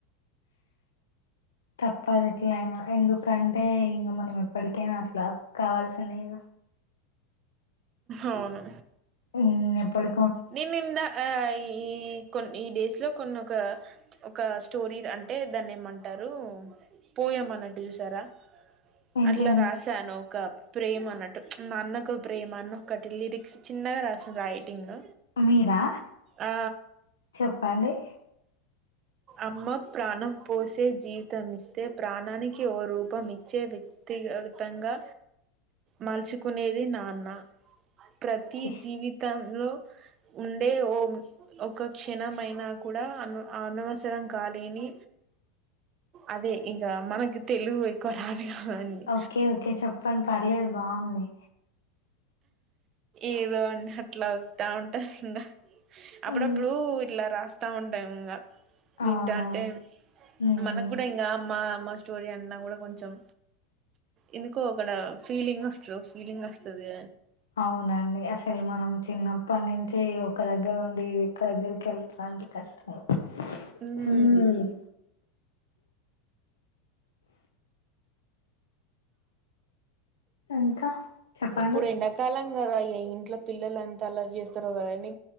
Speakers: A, on the left; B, on the right.
A: తప్పది ఎట్లయినా ఎందుకంటే ఇంగ మనం ఎప్పటికైనా అట్లా కావాల్సిందేగ
B: అవును
A: ఉమ్ ఎప్పడు
B: నేనిందా ఆయి ఈ కొన్ని ఈ డేస్ లో కొన్నోకా ఒక స్టోరీ అంటే దాన్ని ఏమంటరూ పోయమన్నట్టు చూసారా,
A: ఏంటిదండి
B: అట్లా రాసాను ఒక ప్రేమన్నట్టు నాన్నకు ప్రేమ అన్న ఒక్కటి లిరిక్స్ చిన్నగా రాసిం రైటింగ్
A: మీరా
B: ఆ
A: చెప్పండి
B: అమ్మ ప్రాణం పోసి జీవితాన్నిస్తే ప్రాణానికి ఓ రూపం ఇచ్చే వ్యక్ క్తిగతంగా మలుచుకునేది నాన్న. ప్రతి
A: ఓకే
B: జీవితంలో ఉండే ఓ ఒక క్షణమైనా కూడా అన్వ అనవసరం కాలేని అదే ఇంక మనకి తెలుగు ఎక్కువ రా హా అండి
A: ఓకే ఓకే చెప్పండి పర్లేదు బాగుంది
B: ఏదో అండి అట్లా వత్తా ఉంటది ఇంగ అప్పుడప్పుడు
A: ఉమ్,
B: ఇలా రాస్తా ఉంటాం ఇంకా
A: అవునా
B: వింటాంటే
A: ఉమ్,
B: మనకు కూడా ఇంకా అమ్మ అమ్మా స్టోరీ అన్నా కూడా కొంచం ఎందుకో అక్కడ ఫీలింగ్ వస్త ఫీలింగ్ వస్తది
A: అవునండి అసలే మనం చిన్నప్పటి నుంచి అయితే ఒక దగ్గర ఉండి ఇంకో దగ్గరికి వెళ్తున్నాం అంటే కష్టం
B: ఉమ్
A: హ్మ్మ్ ఇంకా చెప్పండి
B: ఇప్పుడు <unintelligible> ఇంట్లో పిల్లలు అంతా అల్లరి చేస్తారు కదా అని